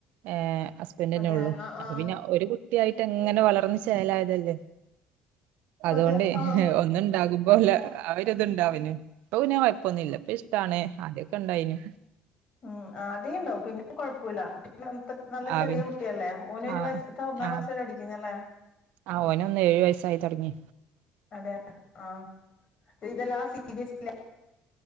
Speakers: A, on the right; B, on the left.
A: ഏ ഹസ്ബറ്റ് തന്നെ
B: അതെ
A: ഉള്ളു
B: ആഹ് ആഹ്
A: അപ്പൊ പിന്നെ ഒരു കുട്ടിയായിട്ട് അങ്ങനെ വളർന്ന് ചെലയതല്ലേ അതുകൊണ്ടെ
B: അതെ ആഹ്
A: ഒന്നുണ്ടാകും പോലെ അവരിതുണ്ട അവന് ടോവിനെ ഇപ്പൊന്നില്ല ഇപ്പ ഇഷ്ടണ് ആത്യ ക്കെണ്ടായിന്
B: ഉം ആതി ഉണ്ടവു പിന്നെ കൊഴപ്പില്ല പിന്നെ നത് നല്ല ചെറിയ
A: ആവി
B: കുട്ടിയല്ലേ ഓന് ഒരു
A: ആ
B: വയസ്സ് ട്ടോ ഒന്നാം
A: ആ
B: ക്ലാസ്സില പഠിക്കുന്നല്ലേ
A: ആ ഓന് ഒന്ന് ഏഴു വയസായി തുടങ്ങി
B: അതെ ആഹ് ഇതെല്ലാം സീരിയസ്ല്ല